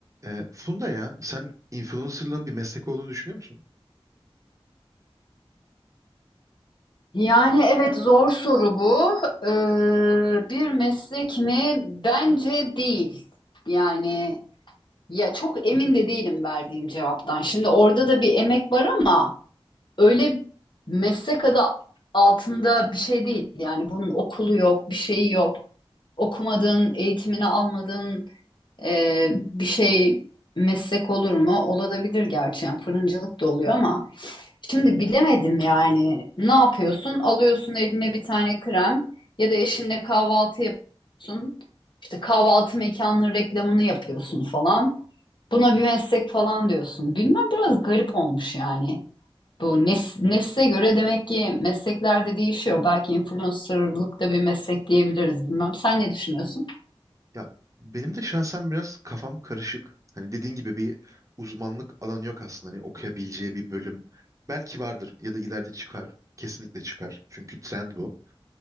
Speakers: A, on the right; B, on the left.
A: Ee, Funda ya sen influencerlığın bir meslek olduğunu düşünüyor musun?
B: Yani evet zor soru bu. Ee, bir meslek mi? Bence değil. Yani ya çok emin de değilim verdiğim cevaptan. Şimdi orada da bir emek var ama öyle meslek adı altında bir şey değil. Yani bunun okulu yok, bir şeyi yok. Okumadın, eğitimini almadın. Ee, bir şey meslek olur mu? Olabilir gerçi. Yani fırıncılık da oluyor ama şimdi bilemedim yani. Ne yapıyorsun? Alıyorsun eline bir tane krem ya da eşinle kahvaltı yapıyorsun. İşte kahvaltı mekanının reklamını yapıyorsun falan. Buna bir meslek falan diyorsun. Bilmem biraz garip olmuş yani. Bu nes nesle göre demek ki meslekler de değişiyor. Belki influencerlık da bir meslek diyebiliriz. Bilmem sen ne düşünüyorsun?
A: Ya benim de şahsen biraz kafam karışık. Hani dediğin gibi bir uzmanlık alanı yok aslında. Hani okuyabileceği bir bölüm belki vardır ya da ileride çıkar. Kesinlikle çıkar. Çünkü trend bu.